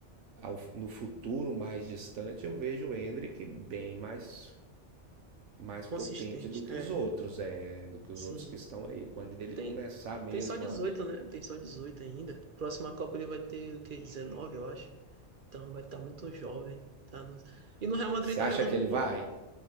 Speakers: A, on the right; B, on the right.
A: ao- no futuro mais distante eu vejo o Endrick bem mais mais
B: consistente.
A: potente do que
B: É,
A: os outros, é, do que
B: sim.
A: os outros que estão aí. Quando ele
B: Tem,
A: começar mesmo
B: tem só 18,
A: a,
B: né? Tem só 18 ainda. Próxima Copa ele vai ter o quê? 19, eu acho. Então vai estar muito jovem. Tá no- E no Real Madrid
A: você
B: tá
A: acha
B: jogando
A: que
B: um
A: ele
B: pouco,
A: vai?
B: né?